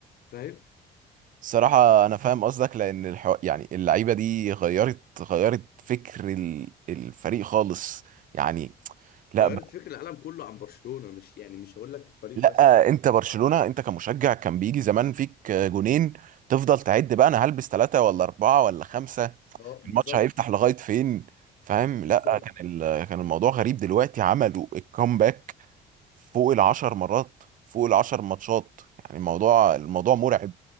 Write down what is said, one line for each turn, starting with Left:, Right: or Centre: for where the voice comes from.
Left: فاهم
Right: الصراحه انا فاهم قصدك لان الحو... يعني اللعيبه دي غيرت غيرت فكر ال- الفريق خالص يعني لا
Left: غيرت فكر العالم كله عن برشلونه مش يعني مش هقول لك الفريق
Right: لا
Left: بس
Right: انت برشلونة انت كمشجع كان بيجي زمان فيك جونين تفضل تعد بقى انا هلبس ثلاثة ولا أربعة ولا خمسة
Left: اه بالظبط
Right: الماتش هيفتح لغاية فين فاهم
Left: بالظبط
Right: لا كان ال... كان الموضوع غريب دلوقتي عملوا الكومباك فوق العشر مرات فوق العشر ماتشات يعني الموضوع الموضوع مرعب